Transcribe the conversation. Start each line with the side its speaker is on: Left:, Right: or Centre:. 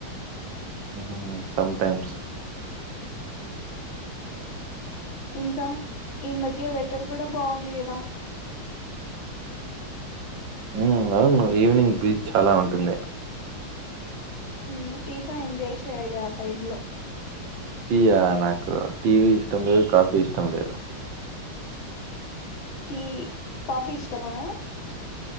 Right: ఉహ్మ్ సమ్ టైమ్స్
Left: ఇంక ఈ మధ్య వెతర్ కూడ బాగుంది కద
Right: ఉమ్ అవును ఈవినింగ్ బీజ్ చాల ఉంటుంది
Left: ఉమ్ టీ తో ఎంజాయ్ చేయాల ఆ టైమ్ లో
Right: ఇగ నాకు టీ ఇష్టం లేదు కాఫీ ఇష్టం లేదు
Left: టీ కాఫీ ఇష్టమా